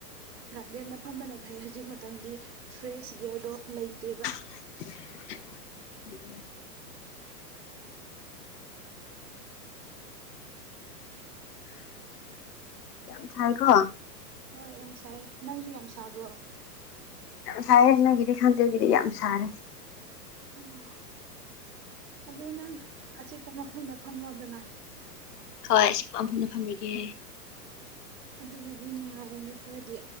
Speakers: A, on the right; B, on the left.
A: ꯒꯥꯔꯗꯦꯟꯗ ꯐꯝꯕꯅ ꯐꯩ ꯍꯧꯖꯤꯛ ꯃꯇꯝꯗꯤ ꯐ꯭ꯔꯦꯁ ꯏꯌꯥꯔꯗꯣ ꯂꯩꯇꯦꯕ
B: <inaudible> ꯌꯥꯝ ꯁꯥꯏ ꯀꯣ
A: ꯍꯣꯏ ꯌꯥꯝ ꯁꯥꯌꯦ ꯅꯪꯁꯨ ꯌꯥꯝ ꯁꯥꯕ꯭ꯔꯣ
B: ꯌꯥꯝ ꯁꯥꯏꯌꯦ ꯅꯪꯒꯤꯗꯤ ꯈꯪꯗꯦ ꯑꯩꯒꯤꯗꯤ ꯌꯥꯝ ꯁꯥꯥꯔꯦ
A: ꯑꯣ ꯑꯗꯨ ꯅꯪ ꯑꯆꯤꯛꯄ ꯃꯐꯝꯗ ꯐꯝꯃꯣꯗꯅ
B: ꯍꯣꯏ ꯑꯆꯤꯛꯄ ꯃꯐꯝꯗ ꯐꯝꯃꯤꯒꯦ
A: ꯑꯗꯨꯅꯗꯤ ꯅꯨꯡꯉꯥꯏꯔꯅꯤ ꯈꯔꯗꯤ